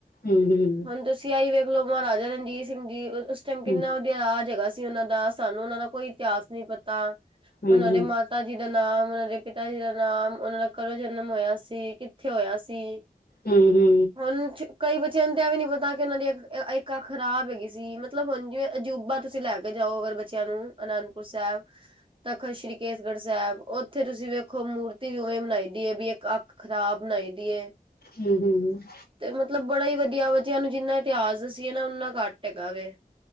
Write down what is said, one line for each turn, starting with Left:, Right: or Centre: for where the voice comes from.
Left: ਹੂੰ, ਹੂੰ।
Right: ਹੁਣ ਤੁਸੀਂ ਆਈ ਵੇਖਲੋ ਮਹਾਰਾਜ਼ਾ ਰਣਜੀਤ ਸਿੰਘ ਜੀ, ਅ ਉਸ ਟਾਈਮ ਕਿੰਨਾ
Left: ਹੂੰ,
Right: ਰਾਜ ਹੈਗਾ ਸੀ ਉਹਨਾਂ ਦਾ, ਸਾਨੂੰ ਉਹਨਾਂ ਦਾ ਕੋਈ ਇਤੀਹਾਸ ਨਹੀ ਪਤਾ,
Left: ਹੂੰ,
Right: ਉਹਨਾਂ
Left: ਹੂੰ,
Right: ਦੇ ਮਾ ਮਾਤਾ ਜੀ ਦਾ ਨਾਮ, ਉਹਨਾਂ ਦੇ ਪਿਤਾ ਜੀ ਦਾ ਨਾਮ ਉਹਨਾਂ ਦਾ ਕਦੋਂ ਜਨਮ ਹੋਇਆ ਸੀ, ਕਿੱਥੇ ਹੋਇਆ ਸੀ।
Left: ਹੂੰ- ਹੂੰ
Right: ਹੁਣ ਕਈ ਬੱਚਿਆਂ ਨੂੰ ਤਾਂ ਇਹ ਵੀ ਨੀ ਪਤਾ ਕਿ ਉਹਨਾਂ ਦੀ ਇਕ ਅ ਇਕ ਅੱਖ ਖਰਾਬ ਹੈਗੀ ਸੀ ਮਤਲਬ ਹੁਣ ਜਿਵੇਂ ਅਜੂਬਾ ਤੁਸ ਤੁਸੀਂ ਲੈ ਕੇ ਜਾਓ ਅਗਰ ਬੱਚਿਆਂ ਨੂੰ। ਅਨੰਦਪੁਰ ਸਾਹਿਬ, ਤਖਤ ਸ਼੍ਰੀ ਕੇਸਗੜ੍ਹ ਸਾਹਿਬ ਉੱਥੇ ਤੁਸੀਂ ਵੇਖੋ ਮੂਰਤ ਮੂਰਤੀ ਵੀ ਉਵੇਂ ਬਣਾਈ ਦੀ ਏ ਵੀ ਇੱਕ ਅੱਖ ਖ਼ਰਾਬ ਬਣਾਈ ਦੀ ਏ।
Left: ਹੂੰ -ਹੂੰ
Right: ਤੇ ਮਤਲਬ ਬੜਾ ਈ ਵਧੀਆ ਉਹਨੂੰ ਜਿੰਨਾ ਇਤਿਹਾਸ ਦਸੀਏ ਨਾ ਉਨਾ ਘੱਟ ਹੈਗਾ ਵੇ।